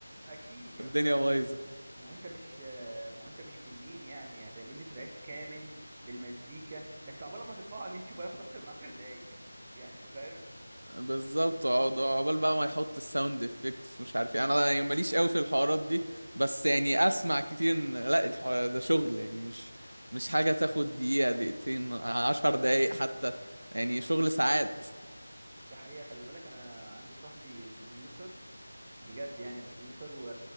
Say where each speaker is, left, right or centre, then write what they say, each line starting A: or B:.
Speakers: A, on the right; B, on the right.
A: اكيد يا
B: والدنيا
A: اسطى اكيد
B: بايظة
A: ما هو انت مش ما هو انت مش تنين يعني هتعمل لي تراك كامل بالمزيكا ده انت عقبال ما ترفعه على اليوتيوب هياخد اكتر من عشر دقايق <laughs> يعني انت فاهم
B: بالظبط اقعد عقبال بقى ما يحط الساوند افكتس مش عارف ايه انا يعني ماليش قوي في الحوارات دي بس يعني اسمع كتير ان لا الحوار ده شغل يعني مش مش حاجة تاخد دقيقة دقيقتين عشر دقايق حتى يعني شغل ساعات
A: ده حقيقة خلي بالك انا عندي صاحبي بروديوسر بجد يعني بروديوسر و...